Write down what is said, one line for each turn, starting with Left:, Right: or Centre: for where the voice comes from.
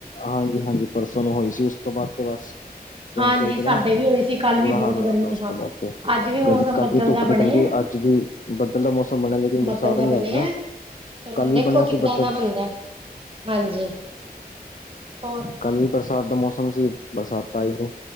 Left: ਹਾਂਜੀ -ਹਾਂਜੀ ਪਰਸੋਂ ਨੂੰ ਹੋਈ ਸੀ ਉਸ ਤੋਂ ਬਾਅਦ ਤੇ ਬਸ ਚਣ
Right: ਹਾਂਜੀ
Left: ਕੇ ਕਰ
Right: ਸਾਡੇ
Left: ਗਿਆ
Right: ਵੀ ਹੋਈ ਸੀ ਕੱਲ
Left: ਬੁਰਾ
Right: ਵੀ ਬਹੁਤ
Left: ਹਾਲ ਹੋਇਆ
Right: ਗਰਮੀ
Left: ਪਿਆ ਉਸ
Right: ਹਾਂ
Left: ਤੋਂ ਬਾਅਦ ਤੇ
Right: ਅੱਜ ਵੀ ਮੌਸਮ
Left: ਗਰਮੀ ਕੱਲ
Right: ਬੱਦਲ
Left: ਵੀ ਧੁੱਪ
Right: ਦਾ
Left: ਨਿਕਲ
Right: ਬਣੇ
Left: ਗਈ
Right: ਆ
Left: ਅੱਜ ਵੀ ਬੱਦਲ ਦਾ ਮ ਮੌਸਮ ਬਣਿਆ ਲਕਨ ਬਰਸਾਤ
Right: ਕਿੱਦਲ ਦਾ
Left: ਨਹੀਂ
Right: ਬਣਿਆ
Left: ਆ ਰਹੀ ਨਾ
Right: ਫਿਰ
Left: ਕੱਲ੍ਹ
Right: ਹੁਣ ਦੇਖੋ
Left: ਵੀ ਬਣਿਆ
Right: ਕਿੱਦਾਂ
Left: ਸੀ ਬੱਦਲ
Right: ਦਾ ਬਣਦਾ। ਹਾਂਜੀ, ਹੋਰ?
Left: ਕੱਲ ਵੀ ਬਰਸਾਤ ਦਾ ਮੌਸਮ ਸੀ, ਬਰਸਾਤ ਤਾਂ ਆਈ ਹੋ।